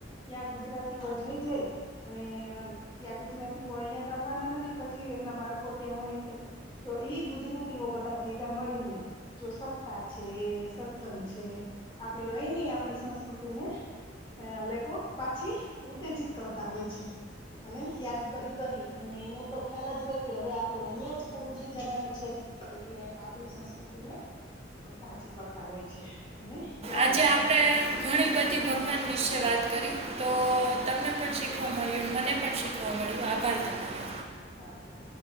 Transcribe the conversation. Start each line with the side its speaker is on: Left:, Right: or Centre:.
Left: ત્યાં ગુજરાતીઓ જઈ જાય અને ત્યાં ગુજરાતીઓ અહિયાં આવવાના નથી પછી એમના બાળકો ત્યાં હોય એટલે. તો ઈ ગુજરાતીઓ બધા ભેગા મળી ને જો સત્તા છે સત્સંગ છે. આપડી અહીની આપડી સંસ્કૃતિ ને હ લોકો પાછી ઉત્તેજિત કરતા હોય છે અને યાદ કરી કરી અને એને તો ખ્યાલ જ હોય કે હવે આપડું અહિયાં જ પૂરું થઈ જવાનું છે એટલે આપડી સંસ્કૃ તીને તાજી કરતા હોય છે. અને યાદ
Right: આજે
Left: અપાવતા
Right: આપડે
Left: હોય છે
Right: ઘણી બધી ભગવાન વિશે વાત કરી તો તમને પણ શીખવા મળ્યું મને પણ શીખવા મળ્યું આભાર તમારો
Left: આભાર